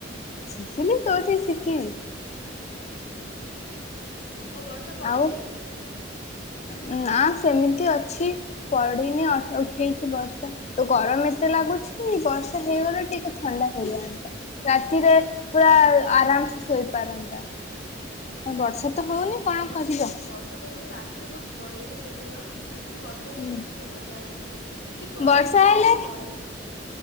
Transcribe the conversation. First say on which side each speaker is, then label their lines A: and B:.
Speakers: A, on the left; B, on the left.
A: ଶିଖିଲି କୋଉଠି ଶିଖିବି।
B: ହଉ ବର୍ଷା ପଡୁଛି।
A: ଆଉ ନା ସେମିତି ଅଛି। ପଡିନି ଉଠେଇଛି ବର୍ଷା। ତ ଗରମ ଏତେ ଲାଗୁଛି ବର୍ଷା ହେଇଗଲେ ଟିକେ ଥଣ୍ଡା ହେଇଯାନ୍ତା। ରାତିରେ ପୁରା ଆରାମ ସେ ଶୋଇପାରନ୍ତା ବର୍ଷା ତ ହଉନି।
B: ହୁଁ।
A: କଣ କରିବା
B: ବର୍ଷା ପରେ ରାତିରେ ବହୁତ ବଢିଆରେ ଶୋଇପାରିବ ଆଉ ପିକ୍ନିକ ବି ବର୍ଷା।
A: ହୁଁ
B: ହେଲେ କେତେ ମଜା ଆସିବ ଏତେ ଗରମରେ
A: ବର୍ଷା ହେଲେ
B: ପିକନିକ ମରିଯିବୁ।।